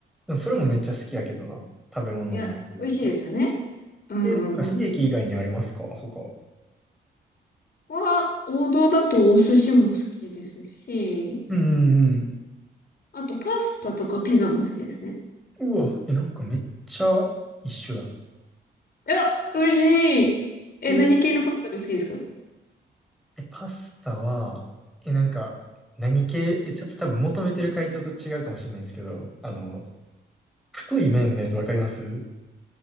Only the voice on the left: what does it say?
や、美味しいですよね。うんうんうん。
ここは、王道だとお寿司も好きですし、
あとパスタとかピザも好きですね。
いや、嬉しい。え、
何系のパスタが好きですか